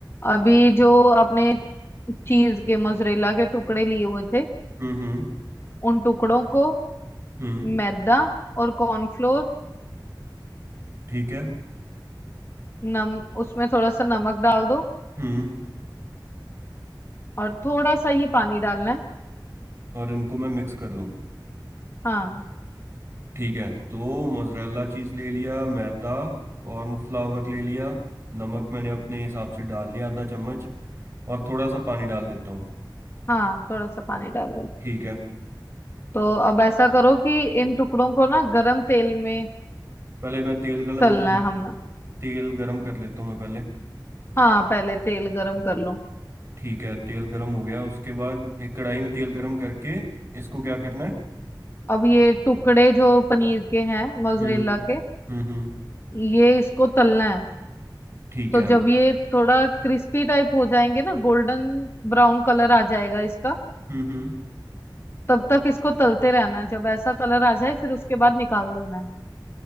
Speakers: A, on the left; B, on the right.
A: अभी जो आपने चीज के मोजरेला के टुकड़े लिए हुए थे
B: हम्म हम्म
A: उन टुकड़ों को
B: हम्म
A: मैदा और कॉर्नफ्लोर
B: ठीक है
A: नम उसमें थोड़ा सा नमक डाल दो
B: हम्म
A: और थोड़ा सा ही पानी डालना है
B: और इनको मैं मिक्स कर लूँ
A: हाँ
B: ठीक है तो मोजरेला चीज़ ले लिया मैदा कॉर्नफ्लावर ले लिया नमक मैंने अपने हिसाब से डाल लिया आधा चम्मच और थोड़ा सा पानी डाल लेता हूँ
A: हाँ थोड़ा सा पानी डाल लो
B: ठीक है
A: तो अब ऐसा करो कि इन टुकड़ों को ना गरम तेल में
B: पहले मैं तेल गलम
A: तलना है हमने
B: तेल गरम कर लेता हूँ मैं पहले
A: हाँ पहले तेल गरम कर लो
B: ठीक है तेल गरम हो गया उसके बाद एक कढ़ाई में तेल गरम करके इसको क्या करना है
A: अब ये टुकड़े जो पनीर के हैं मोजरेला
B: हम्म हम्म
A: के
B: हम्म
A: ये इसको तलना है
B: ठीक
A: तो
B: है
A: जब ये थोड़ा क्रिस्पी टाइप हो जाएंगे ना गोल्डन ब्राउन कलर आ जाएगा इसका
B: हम्म हम्म
A: तब तक इसको तलते रहना है जब ऐसा कलर आ जाए फिर उसके बाद निकाल देना है